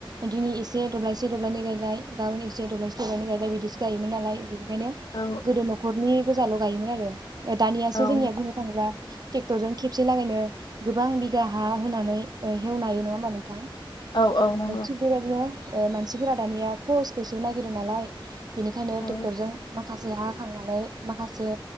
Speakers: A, on the right; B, on the left.
A: दिनै एसे एसे दब्लायसे दब्लायनै गायलाय गाबोन एसे दब्लायसे दब्लायनै गायलाय बिदिसो गायोमोन नालाय। बेनिखायनो
B: औ
A: गोदो न'खरनि गोजाल' गायोमोन आरो। दानियासो
B: औ
A: जोंनिया बुंनो थांङोब्ला टेक्टर जों खेबसे लागायनो गोबां बिगा हा होना नै ओ हेवनो हायो नङा होमबा नोंथां?
B: औ औ नंगौ
A: थिग बेबायदिनो ओ मानसिफोरा दानिया खहसखौसो नागिरो नालाय बिनिखायनो
B: औ
A: टेक्टरजों माखासे हा थांनानै माखासे